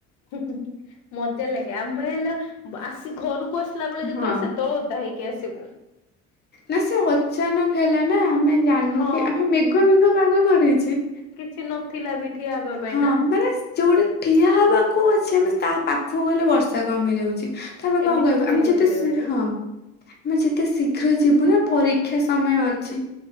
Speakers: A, on the left; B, on the left.
A: ହୁଁ ହୁଁ ହୁଁ ମଜା ଲାଗେ ଆମେ ହେଲା ବା ଆସି ଘରକୁ ଆସିଲା ବେଳେ ଯେତେବେଳେ
B: ହଁ
A: ସେତେବେଳେ ଓଦା ହେଇ କି ଆସିବୁ।
B: ନା ସେ ଅଚାନକ ହେଲା। ନା ଆମେ ଜାଣିନୁ
A: ହଁ
B: କି ଆମେ ମେଘ ମେଘ ପାଗ କରିଛି।
A: ଛି ନଥିଲା ବି ଠିଆ ହବା ପାଇଁ
B: ହଁ
A: ନା।
B: ମାନେ ଯୋଉଠି ଠିଆ ହବାକୁ ଅଛି ଆମେ ତା ପାଖକୁ ଗଲେ ବର୍ଷା କମିଯାଉଛି। ତ ଆମେ
A: ଏମିତି
B: କଣ କହିବୁ
A: ହୁଏ
B: ଆମେ ଯେତେ
A: ବେଳେ
B: ଶି
A: ବେଳେ
B: ହଁ। ଆମେ ଯେତେ ଶୀଘ୍ର ଯିବୁ ନା ପରୀକ୍ଷା ସମୟ ଅଛି।